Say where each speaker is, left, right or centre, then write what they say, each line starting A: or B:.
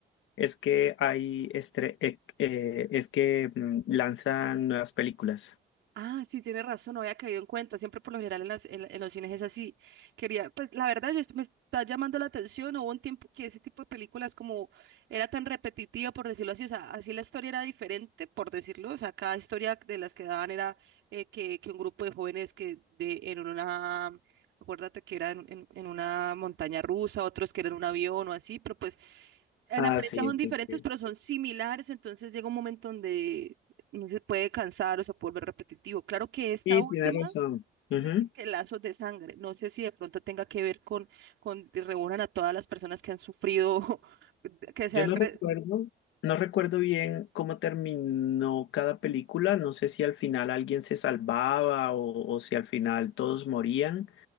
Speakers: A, on the left; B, on the right.
A: es que hay estre- eh, eh, es que mm, lanzan nuevas películas.
B: Ah, sí, tiene razón, no había caído en cuenta. Siempre por lo general en, las, en, la- en los cines es así. Quería, pues la verdad, yo, me está llamando la atención. Hubo un tiempo que ese tipo de películas como era tan repetitiva, por decirlo así. O sea, así la historia era diferente, por decirlo. O sea, cada historia de las que daban era eh, que, que un grupo de jóvenes que de, en una... Acuérdate que era en, en en una montaña rusa, otros que eran un avión o así, pero pues En
A: Ah,
B: apariencia
A: sí,
B: son
A: sí,
B: diferentes,
A: sí.
B: pero son similares, entonces llega un momento donde no se puede cansar o se puede volver repetitivo. Claro que esta
A: Sí,
B: última
A: tienes razón.
B: dice
A: Ujú.
B: que, que lazos de sangre. No sé si de pronto tenga que ver con, con que reúnan a todas las personas que han sufrido, <laughs> que se
A: Yo
B: han...
A: no
B: re-
A: recuerdo, no recuerdo bien cómo terminó cada película. No sé si al final alguien se salvaba o, o si al final todos morían.